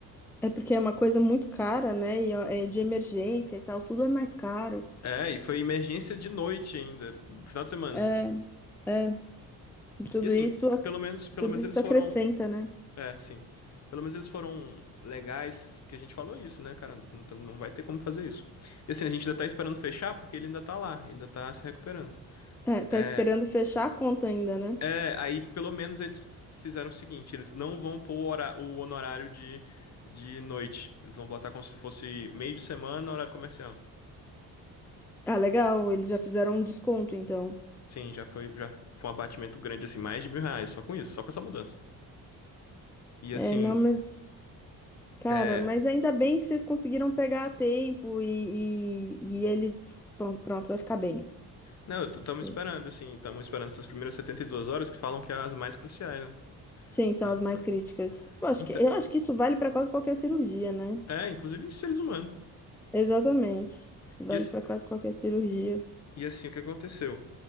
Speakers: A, in the centre; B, on the left.
A: É porque é uma coisa muito cara, né? E ó, é de emergência e tal, tudo é mais caro.
B: É, e foi emergência de noite ainda, final de semana.
A: É, é, tudo
B: E assim,
A: isso, ac-
B: pelo menos, pelo
A: tudo
B: menos
A: isso
B: eles
A: acrescenta,
B: foram.
A: né?
B: É, sim. Pelo menos eles foram legais, que a gente falou isso, né, cara? Não, tá- não vai ter como fazer isso. E assim, a gente ainda tá esperando fechar porque ele ainda tá lá, ainda tá se recuperando.
A: É, tá
B: É,
A: esperando fechar a conta ainda, né?
B: É, aí pelo menos eles fizeram o seguinte, eles não vão pôr o hora- o honorário de, de noite. Eles vão botar como se fosse meio de semana, horário comercial.
A: Ah, legal, eles já fizeram um desconto, então.
B: Sim, já foi, já foi um abatimento grande, assim, mais de mil reais, só com isso, só com essa mudança. E
A: É,
B: assim,
A: não, mas Cara,
B: é.
A: mas ainda bem que vocês conseguiram pegar a tempo e, e, e ele. Pron- Pronto, vai ficar bem.
B: Não, estamos
A: Porque.
B: esperando, assim, estamos esperando essas primeiras 72 horas que falam que é as mais cruciais, né?
A: Sim, são
B: Pra,
A: as mais
B: pra...
A: críticas. Eu acho
B: Então,
A: que, eu acho que isso vale para quase qualquer cirurgia, né?
B: é, inclusive em seres humanos.
A: Exatamente. Isso vale
B: E assim,
A: para quase qualquer cirurgia.
B: E assim, o que aconteceu?